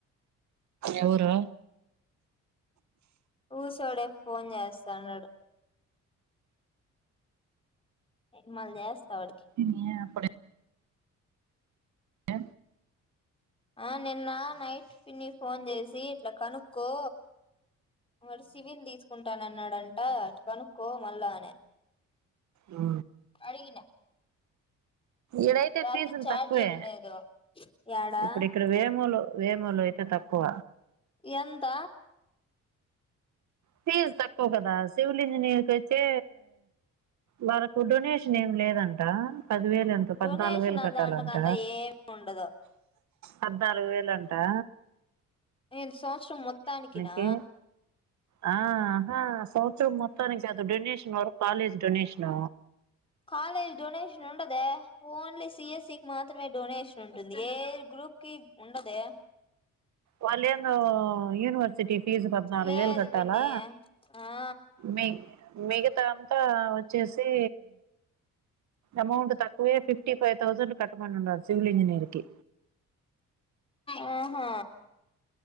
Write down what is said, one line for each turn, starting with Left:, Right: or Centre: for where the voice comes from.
Right: ఎవరు
Left: గుసోడే ఫోన్ చేస్తాన్నడు ఇగ్ మల్ జెస్త అడికి
Right: తినియప్పుడే ఎ
Left: ఆ నిన్న నైట్ పిన్ని ఫోన్ చేసి ఇట్ల కనుక్కో వాడు సివిల్ తీసుకుంటనన్నాడంట కనుక్కో మళ్ళా అనే
Right: ఆ
Left: అడిగిన
Right: ఇడైతే
Left: రాత్రి
Right: ఫీజులు
Left: ఛార్జింగ్
Right: తక్కువే
Left: లేదు యాడా
Right: ఇప్డే ఇక్కడ వేమోలు వేమోలు అయితే తక్కువ
Left: ఎంత
Right: ఫీజ్ తక్కువ కదా సివిల్ ఇంజనీర్ కి అయితే వాళ్ళకు డొనేషన్ ఏం లేదంట పది వేలు ఎంత పద్నాలుగు
Left: డొనేషన్
Right: వేలు కట్టాలంట
Left: దాంట్లోకి అంతా ఏమి ఉండదు
Right: పద్నాలుగు వేలు అంటా
Left: ఏంది సంవత్సరం మొత్తానికినా
Right: కి ఆహా సంవత్సరం మొత్తానికి కాదు డొనేషన్ వరకు కాలేజు డొనేషన్
Left: కాలేజ్ డొనేషన్ ఉండదే ఓన్లీ సిఎస్ఈ కి మాత్రమే డొనేషన్ ఉంటుంది ఏ గ్రూప్ కి ఉండదే
Right: వాళ్ళేందొ యూనివర్ సిటీ ఫీజు పద్నాలుగు
Left: లేదు
Right: వేలు కట్టాలా
Left: పిన్ని ఆ
Right: మి మిగత తా వచ్చేసి ఎమౌంట్ తక్ పోయే ఫిఫ్టీ ఫైవ్ తౌసండ్ కట్టమని ఉండారు సివిల్ ఇజనీర్ కి
Left: ఆహా